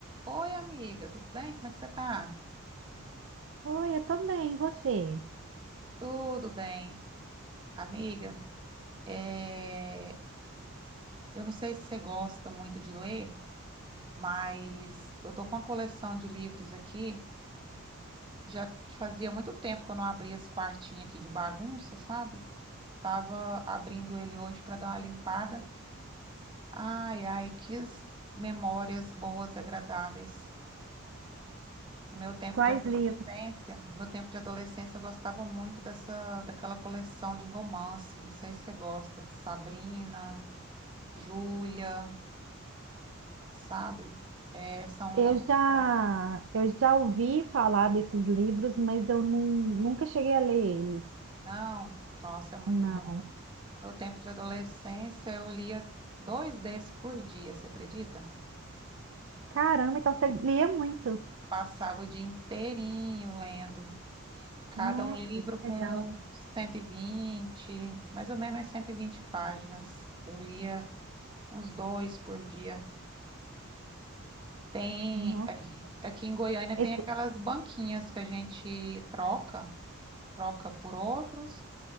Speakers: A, on the right; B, on the right.
A: Oi, amiga, tudo bem? Como é que você tá?
B: Oi, eu tô bem, e você?
A: Tudo bem. Amiga, é, eu não sei se você gosta muito de ler, mas eu tô com uma coleção de livros aqui. Já fazia muito tempo que eu não abria esse quartinho aqui de bagunça, sabe? Tava abrindo ele hoje para dar uma limpada. Ai, ai, que memórias boas, agradáveis. No meu tempo
B: Quais
A: de adolescência,
B: livros?
A: no meu tempo de adolescência, eu gostava muito dessa, daquela coleção de romance. Não sei se você gosta. Sabrina, Júlia, sabe? É, são
B: Eu
A: uns...
B: já, eu já ouvi falar desses livros, mas eu nun- nunca cheguei a ler eles.
A: Não, nossa, é muito
B: Não.
A: bom. No meu tempo de adolescência, eu lia dois desses por dia, você acredita?
B: Caramba, então você lia muito.
A: Passava o dia inteirinho lendo. Cada
B: Nossa,
A: um livro
B: que
A: com
B: legal.
A: cento e vinte mais ou menos umas 120 páginas. Eu lia uns dois por dia. Tem,
B: Nossa,
A: aqui, aqui em Goiânia tem
B: esse...
A: aquelas banquinhas que a gente troca, troca por outros,